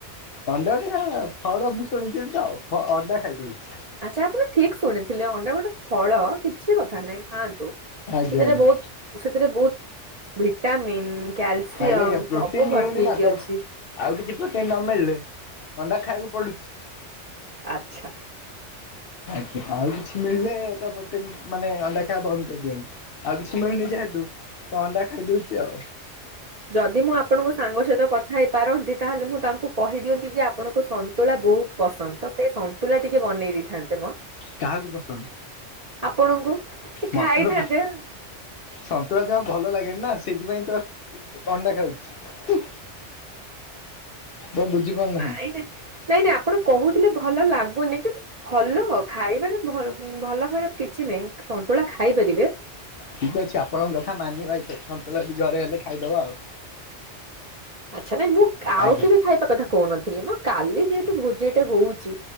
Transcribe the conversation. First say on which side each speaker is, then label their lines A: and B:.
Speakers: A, on the left (about 60°); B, on the right (about 45°).
A: ଅଣ୍ଡା ଗୋଟେ କା ଫଳ ମୁଁ ଶୁଣିଥିଲି ତ ଫ ଅଣ୍ଡା ଖାଇଦୋଉଛି।
B: ଆଚ୍ଛା ଆପଣ ଠିକ୍ ଶୁଣିଥିଲେ ଅଣ୍ଡା ଗୋଟେ ଫଳ କିଛି କଥା ନାହିଁ ଖା
A: ଆଜ୍ଞା
B: ସେଥିରେ
A: ଆଜ୍ଞା।
B: ବହୁତ ସେଥିରେ ବହୁତ ଭିଟାମନ୍। କ୍ୟାଲସିୟମ୍
A: ଆଜ୍ଞା ଆଜ୍ଞା ପ୍ରୋଟିନ
B: ସବୁ
A: ମିଳୁନି
B: ଭର୍ତ୍ତି
A: ନା
B: ହେଇକି
A: ତ
B: ଅଛି।
A: ଆଉ କିଛି ପୋଟିନ୍ ନ ମିଳିଲେ ଥଣ୍ଡା ଖାଇବାକୁ ପଡୁଛି।
B: ଆଚ୍ଛା।
A: ଆଜ୍ଞା ଆଉ କିଛି ମିଳିଲେ ତ ପୋଟିନ୍ ମାନେ ଅଣ୍ଡା ଖାଇବା ବନ୍ଦ କରିଦିଅନ୍ତି। ଆଉ କିଛି ମିଳୁନି ଯୋହେତୁ ତ ଅଣ୍ଡା ଖାଇଦୋଉଚି ଆଉ।
B: ଯଦି ମୁଁ ଆପଣଙ୍କ ସାଙ୍ଗ ସହିତ କଥା ହେଇପାରନ୍ତି ତାହେଲେ ମୁଁ ତାଙ୍କୁ କହିଦିଅନ୍ତି କି ଆ ଆପଣଙ୍କୁ ସନ୍ତୁଳା ବୋହୁତ ପସନ୍ଦ ତ ସେ ସନ୍ତୁଳା ଟିକେ ବନେଇ ଦେଇଥାନ୍ତେ ମଁ।
A: କାହାକୁ ପସନ୍ଦ
B: ଆପଣଙ୍କୁ ଏ
A: ମତେ
B: ଖାଇଥାନ୍ତେ।
A: ତ ପ- ସନ୍ତୁଳା ଜମା ଭଲ ଲାଗେନି ନା ସେଇଥିପାଇଁ ତ ଅଣ୍ଡା ଖାଉଛି ହୁଁ। ବ ବୁଝିପାରୁନାହାନ୍ତି?
B: ନାଇଁ ନାଇଁ। ନାଇଁ ନାଇଁ ଆପଣ କହୁଥିଲେ ଭଲ ଲାଗୁନି କିନ୍ତୁ ଭଲ ଖାଇବାରେ ଭ ଭଲ ଖରାପ କିଛି ନାହିଁ ସନ୍ତୁଳା ଖାଇପାରିବେ।
A: ଠିକ ଅଛି ଆପଣଙ୍କ କଥା ମାନିବା। ଏ ସନ୍ତୁଳା ଜରେ ହେଲେ ଖାଇଦବା ଆଉ।
B: ଆଚ୍ଛା ନାଇଁ ମୁଁ ଆଉ
A: ଆଜ୍ଞା
B: କେ ବି ଖାଇବା କଥା କହୁନଥିଲି ମୁଁ କାଲି ଯେହେତୁ ଭୋଜିଟେ ହଉଛି।